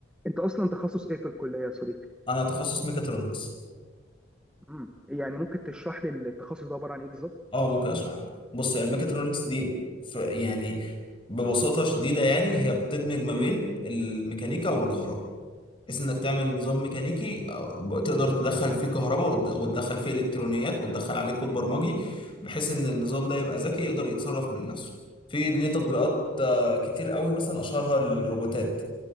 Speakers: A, in the centre; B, on the left.
A: انت اصلا تخصص ايه في الكليه يا صديقي
B: انا تخصص ميكاترونكس
A: مم. يعني ممكن تشرح لي التخصص ده عباره عن ايه بالظبط
B: اه ممكن اشرح لك بص يعني الميكاترونكس دي في يعني ببساطه شديده يعني هي بتدمج ما بين
A: مم.
B: الميكانيكا والكهرباء بحيث انك تعمل نظام ميكانيكي آه، تقدر تدخل فيه كهرباء وت- وتدخل فيه الكترونيات وتدخل عليه كود برمجي بحيث ان النظام ده يبقى ذكي يقدر يتصرف من نفسه في ليه تطبيقات آه، كتير قوي مثلا اشهرها الروبوتات